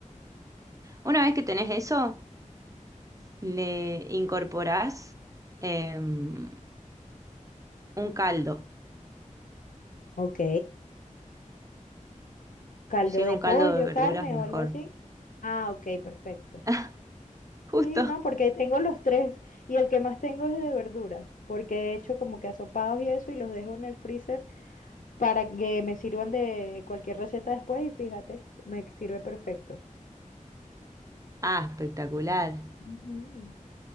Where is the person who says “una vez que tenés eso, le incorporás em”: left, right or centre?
Right